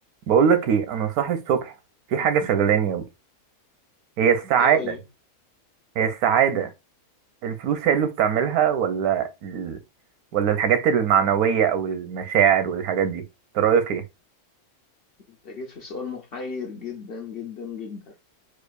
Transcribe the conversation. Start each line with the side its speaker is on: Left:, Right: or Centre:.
Right: بقول لك ايه انا صاحي الصبح في حاجه شغلاني قوي هي السعاده
Left: ايه هي
Right: هي السعاده الفلوس هي اللي بتعملها ولا ال... ولا الحاجات المعنويه او المشاعر والحاجات دي انت رايك ايه
Left: انت جيت في سؤال محير جدا جدا جدا